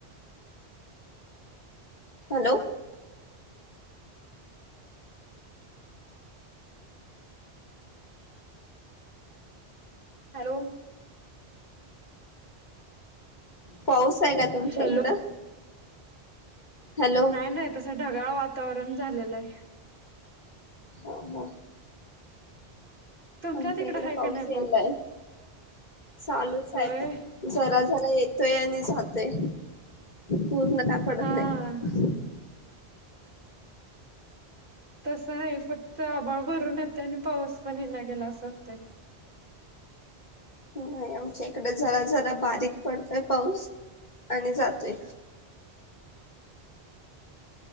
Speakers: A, on the left; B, on the right.
A: हॅलो
B: हॅलो
A: पाऊस आहे का तुमच्या
B: हॅलो
A: इकडं हॅलो हा
B: नाही नाही तस ढगाळ वातावरण झालेलं आहे
A: ह ह
B: तुमच्या
A: आमच्या
B: तिकडं
A: इकड
B: आहे
A: पाऊस
B: का नाही
A: यालाय चालू साहेब
B: होय
A: जरा जरा येत तोय आणि जहातोय पूर्ण का पडत
B: हा.
A: नाही
B: तसं आहे फक्त आबाळ भरून येत आणि पाऊस पण येना गेला अस होतंय
A: नाही आमच्या इकडे जरा जरा बारीक पडतोय पाऊस आणि जातोय